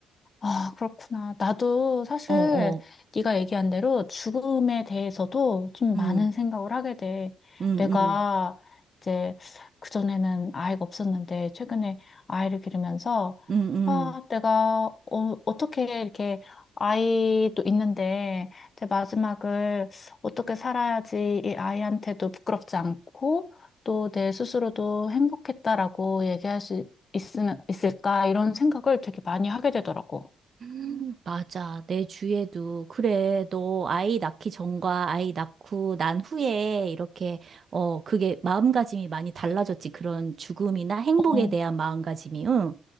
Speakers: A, on the left; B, on the right.
A: 아, 그렇구나. 나도 사실
B: 어, 어,
A: 네가 얘기한 대로 죽음에 대해서도 좀
B: 응,
A: 많은 생각을 하게 돼.
B: 응,
A: 내가
B: 응,
A: 이제 그전에는 아이가 없었는데 최근에 아이를 기르면서
B: 응,
A: 아, 내가 어, 어떻게 이렇게 아이도 있는데 제 마지막을 어떻게 살아야지 이 아이한테도 부끄럽지 않고 또 내 스스로도 행복했다라고 얘기할 수 있으면 있을까 이런 생각을 되게 많이 하게 되더라고.
B: 응. 맞아. 내 주위에도, 그래, 너 아이 낳기 전과 아이 낳고 난 후에 이렇게, 어, 그게 마음가짐이 많이 달라졌지. 그런 죽음이나 행복에
A: 어,
B: 대한 마음가짐이, 응.